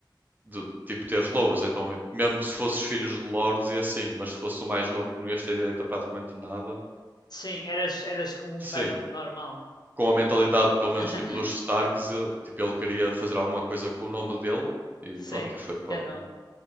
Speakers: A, on the right; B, on the left.
A: de tipo teres louros. Então, mesmo se fosses filhos de lords e assim, mas se fosse o mais novo que não ias ter direito a praticamente nada,
B: Sim, eras, eras como
A: sim.
B: um peasant normal.
A: Com a mentalidade, pelo
B: <laughs>
A: menos, tipo, dos Starks, ele, tipo, ele queria fazer alguma coisa com o nome dele e
B: Sim,
A: pronto, e foi para
B: ter nome.